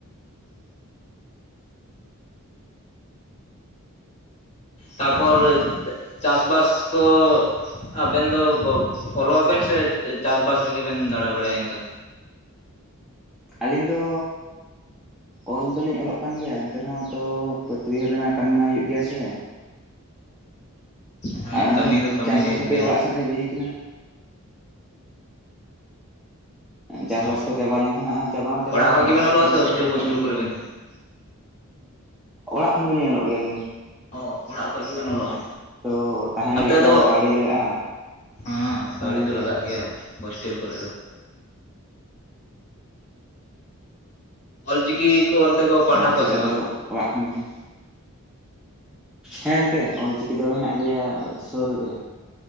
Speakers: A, on the left (about 30°); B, in the centre.
A: ᱛᱟᱯᱚᱨ ᱪᱟᱥ ᱵᱟᱥ ᱠᱚ ᱟᱵᱮᱱ ᱫᱚ ᱚᱞᱚᱜ ᱟᱵᱮᱱ ᱥᱮ ᱪᱟᱥ ᱵᱟᱥ ᱨᱮᱜᱮ ᱵᱮᱱ ᱫᱟᱲᱟ ᱵᱟᱲᱟᱭᱟ ᱤᱱᱠᱟ?
B: ᱟᱹᱞᱤᱧ ᱫᱚ ᱚᱞ ᱫᱚ ᱞᱤᱧ ᱚᱞᱚᱜ ᱠᱟᱱ ᱜᱮᱭᱟ ᱮᱱᱛᱮ ᱨᱮᱦᱚᱸ ᱵᱟᱹᱛ ᱵᱟᱹᱭᱦᱟᱹᱲ ᱨᱮᱱᱟᱜ ᱠᱟᱹᱢᱤ ᱢᱟ ᱦᱩᱭᱩᱜ ᱜᱮᱭᱟ ᱥᱮ᱾
A: ᱦᱮᱸ
B: ᱟᱨ
A: ᱠᱟᱹᱢᱤ ᱫᱚ ᱠᱟᱹᱢᱤ
B: ᱪᱟᱥ ᱵᱟᱥ
A: ᱦᱩᱭᱩᱜ
B: ᱠᱷᱟᱹᱛᱤᱨ
A: ᱜᱮᱭᱟ
B: ᱚᱲᱟᱜ ᱥᱮᱫ ᱦᱮᱡ ᱦᱳᱭ ᱠᱟᱱᱟ᱾ ᱪᱟᱥ
A: ᱚ
B: ᱵᱟᱥ ᱠᱚ ᱪᱟᱵᱟ ᱞᱮᱱᱠᱷᱟᱱ ᱪᱟᱵᱟ ᱢᱟ ᱪᱟᱵᱟ
A: ᱚᱲᱟᱜ ᱠᱷᱚᱡ
B: ᱠᱟᱱᱟ᱾
A: ᱜᱮᱵᱮᱱ
B: ᱟᱨ ᱠᱤᱪᱷᱩ
A: ᱚᱞᱚᱜᱼᱟ
B: ᱫᱤᱱ
A: ᱥᱮ ᱦᱳᱥᱴᱮᱞ
B: ᱯᱚᱨᱮ ᱠᱷᱟᱱ
A: ᱯᱳᱥᱴᱮᱞ
B: ᱜᱮ ᱤᱧ
A: ᱠᱚᱨᱮ ᱵᱮᱱ ᱛᱟᱦᱮᱱᱟ
B: ᱚᱲᱟᱜ ᱠᱷᱚᱱ ᱜᱮ ᱞᱤᱧ ᱚᱞᱚᱜ ᱜᱮᱭᱟ ᱞᱤᱧ᱾
A: ᱚ ᱚᱲᱟᱜ ᱠᱷᱚᱱ ᱜᱮ ᱵᱮᱱ ᱚᱞᱚᱜ-ᱟ᱾
B: ᱛᱚ ᱛᱟᱦᱮᱸ ᱞᱟᱹᱜᱤᱫ
A: ᱚᱱᱛᱮ
B: ᱢᱟ
A: ᱫᱚ
B: ᱠᱟᱹᱣᱰᱤ ᱞᱟᱜᱟᱜᱼᱟ
A: ᱦᱮᱸ ᱠᱟᱹᱣᱰᱤ
B: ᱦᱳᱭ ᱜᱚᱝᱠᱮ
A: ᱫᱚ ᱞᱟᱜᱟᱜ ᱜᱮᱭᱟ ᱦᱳᱥᱴᱮᱞ ᱠᱚᱨᱮ ᱫᱚ᱾ ᱚᱞ ᱪᱤᱠᱤ ᱠᱚ ᱚᱱᱛᱮ ᱠᱚ ᱯᱟᱲᱦᱟᱣ
B: ᱚᱱᱟ ᱠᱷᱟᱹᱛᱤᱨ
A: ᱠᱚᱣᱟ ᱥᱮ
B: ᱟᱫᱚ
A: ᱵᱟᱝ?
B: ᱚᱲᱟᱜ ᱠᱷᱚᱱ ᱜᱮᱞᱮ ᱦᱮᱸ ᱜᱚᱝᱠᱮ ᱚᱞ ᱪᱤᱠᱤ ᱫᱚ ᱦᱮᱱᱟᱜ ᱜᱮᱭᱟ ᱥᱳᱨ ᱨᱮᱜᱮ᱾